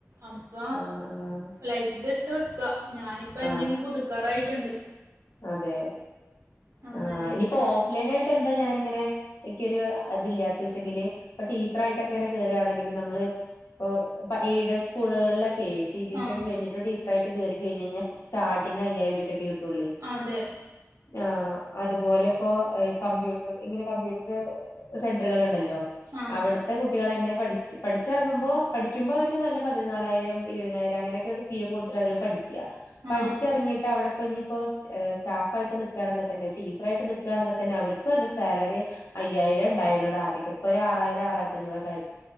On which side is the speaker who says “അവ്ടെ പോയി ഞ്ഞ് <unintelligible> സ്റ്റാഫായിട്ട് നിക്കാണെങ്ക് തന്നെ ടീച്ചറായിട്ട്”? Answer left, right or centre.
Left